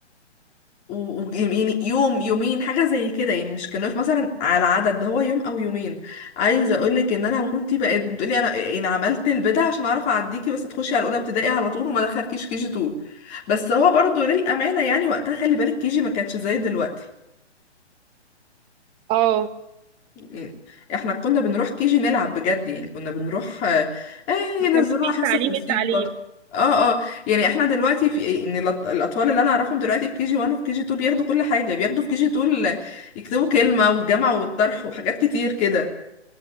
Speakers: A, on the left; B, on the right.
A: و... و- يعني يوم يومين حاجة زي كده يعني مش كان واقف مثلا على عدد ده هو يوم او يومين عايزة اقولك ان انا مامتي بقت بتقولي انا يعني عملت البدع عشان اعرف اعديكي بس تخشي على اولى ابتدائي على طول وما دخلكيش كي جي 2 بس هو برضو للأمانة يعني وقتها خلي بالك كي جي ما كانتش زي دلوقتي
B: اه
A: إيه، احنا كنا بنروح كيجي نلعب بجد يعني كنا بنروح اه آه،
B: ما
A: ينزلوها
B: كانش فيه
A: حصة
B: التعليم
A: موسيقى
B: التعليم
A: اه اه يعني احنا دلوقتي في ان الأط- الاطفال اللي انا اعرفهم دلوقتي في كيجي 1 وفي كيجي 2 بياخدوا كل حاجة بياخدوا في كيجي 2 يكتبوا كلمة والجمع والطرح وحاجات كتير كده